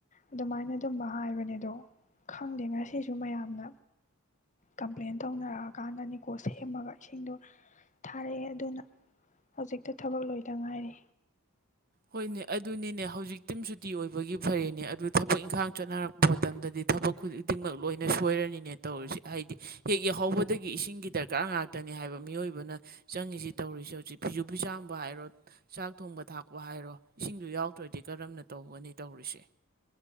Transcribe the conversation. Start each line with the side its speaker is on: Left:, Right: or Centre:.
Left: ꯑꯗꯨꯃꯥꯏꯅ ꯑꯗꯨꯝꯕ ꯍꯥꯏꯕꯅꯦ ꯑꯗꯣ ꯈꯪꯗꯦ ꯉꯁꯤꯁꯨ ꯃꯌꯥꯝꯅ ꯀꯝꯄ꯭ꯂꯦꯟ ꯇꯧꯅꯔꯛꯑꯀꯥꯟꯗꯅꯤꯀꯣ ꯁꯦꯝꯃꯒ ꯏꯁꯤꯡꯗꯣ ꯊꯥꯔꯛꯑꯦ ꯑꯗꯨꯅ ꯍꯧꯖꯤꯛꯇ ꯊꯕꯛ ꯂꯣꯏꯗ ꯉꯥꯏꯔꯤ
Right: ꯍꯣꯏꯅꯦ ꯑꯗꯨꯅꯤꯅꯦ ꯍꯧꯖꯤꯛꯇꯤꯝ ꯁꯨꯇꯤ ꯑꯣꯏꯕꯒꯤ ꯐꯔꯤꯅꯦ ꯑꯗꯨ ꯊꯕꯛ ꯏꯪꯈꯥꯡ ꯆꯠꯅꯔꯛꯄ ꯃꯇꯝꯗꯗꯤ ꯊꯕꯛ ꯈꯨꯗꯤ ꯈꯨꯗꯤꯡꯃꯛ ꯂꯣꯏꯅ ꯁꯣꯏꯔꯅꯤꯅꯦ ꯇꯧꯔꯤꯁꯤ ꯍꯥꯏꯗꯤ ꯍꯦꯛ ꯌꯥꯍꯧꯕꯗꯒꯤ ꯏꯁꯤꯡꯒꯤ ꯗꯔꯀꯥꯔ ꯉꯥꯛꯇꯅꯤ ꯍꯥꯏꯕ ꯃꯤꯑꯣꯏꯕꯅ ꯆꯪꯉꯤꯁꯤ ꯇꯧꯔꯤꯁꯤ ꯍꯧꯖꯤꯛ ꯐꯤꯁꯨ ꯐꯤꯖꯥꯝꯕ ꯍꯥꯏꯔꯣ ꯆꯥꯛ ꯊꯣꯡꯕ ꯊꯥꯛꯄ ꯋꯥꯍ ꯍꯥꯏꯔꯣ ꯏꯁꯤꯡꯗ ꯌꯥꯎꯗ꯭ꯔꯣꯏꯗꯤ ꯀꯔꯝꯅ ꯇꯧꯒꯅꯤ ꯇꯧꯔꯤꯁꯦ